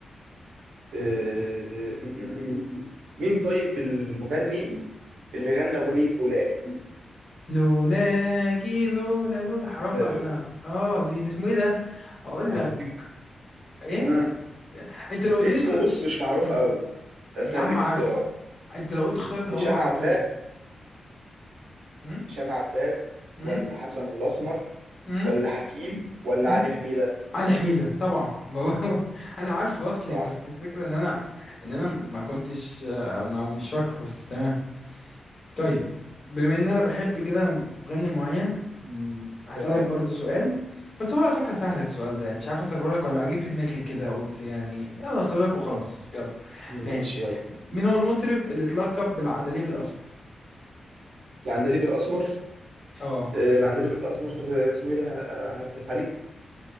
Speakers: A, on the right (about 85°); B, on the left (about 40°).
A: آه، م- م- م. مين طيب المغني اللي غنى أغنية لولاك
B: لولاكي لولا لولا حرام
A: لا
B: بقى
A: لو
B: ده اه دي, دي اسمه ايه ده اقول
A: هديك
B: لك ايه
A: آه.
B: انت لو اديت
A: اسمه
B: خ...
A: بص مش معروف
B: مم.
A: قوي بس
B: يا
A: هديك
B: عم عارف
A: اختيارات
B: انت لو قلت اختيارات هقوله
A: هشام
B: على
A: عباس
B: طول مم؟
A: هشام عباس
B: مم؟
A: ولا حسن الاسمر
B: مم؟
A: ولا حكيم ولا
B: مم؟
A: علي حميدة
B: علي حميده طبعا ما هو- <laughs> انا عارف اصلي
A: صح
B: بس الفكره ان انا ان انا ما كنتش ما مش فاكره بس تمام طيب بما ان انا بحب كده مغني معين مم، هسألك
A: تمام
B: برضو سؤال بس هو على فكرة سهل السؤال ده يعني مش عارف اسأله لك ولا اجي في دماغي كده قلت يعني يلا اسأله لك وخلاص يلا
A: ماشي
B: ماشي
A: يلا
B: مين هو المطرب اللي اتلقب بالعندليب الاسمر
A: العندليب الاسمر
B: اه
A: آه، العندليب الاسمر آه، اسمه ايه ده آه، عبد الحليم